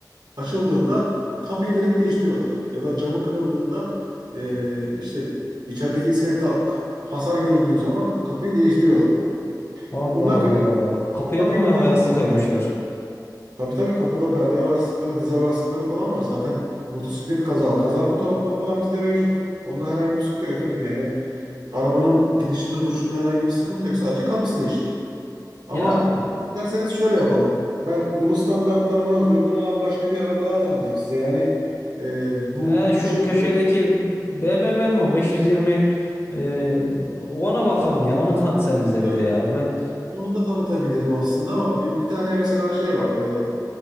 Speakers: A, on the right; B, on the left.
A: açıldığında kapıyı direkt değiştiriyorlar. Ya da camı kırıldığında e, işte içerideki iskelete hasar görüldüğü zaman kapıyı değiştiriyorlar.
B: Allah
A: Bundan
B: Allah.
A: kaynaklı.
B: Kapıya
A: Bak
B: da
A: bir
B: mı
A: motosiklet
B: hava yastığı koymuşlar?
A: kazası. Tabii tabii kapıda perde hava yastıkları, diz hava yastıkları falan var. Zaten motosiklet kaza, kaza fotoğrafları falan bizde mevcut. Onda herhangi bir sıkıntı yok efendim. Yani arabanın gidişinde duruşunda herhangi bir sıkıntı yok. Sadece kapısı değişik. Ama
B: Ya e,
A: isterseniz şöyle yapalım. Ben bunun standartlarına uygun olan başka bir araba daha tanıtayım size. Yani e, bu
B: He, şu
A: bu şekilde
B: köşedeki BMW mi o? 520 e, ona bakalım ya. Onu tanıt sen bize
A: yani
B: bir de ya. Ben
A: onu da tanıtabilirim aslında ama bir, bir tane mesela şey var. E,